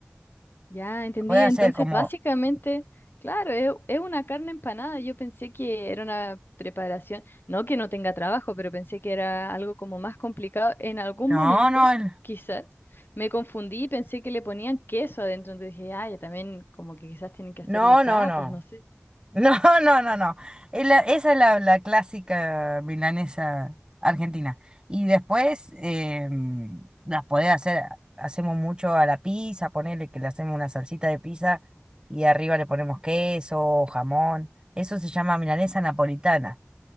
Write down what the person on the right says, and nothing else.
Lo podés hacer
como,
no,
no, el-
no,
no, no.
No, <laughs> no, no, no. Es la- esa es la, la clásica milanesa argentina. Y después em, las podés hacer, hacemos mucho a la pizza, ponerle que le hacemos una salsita de pizza y arriba le ponemos queso, jamón. Eso se llama milanesa napolitana.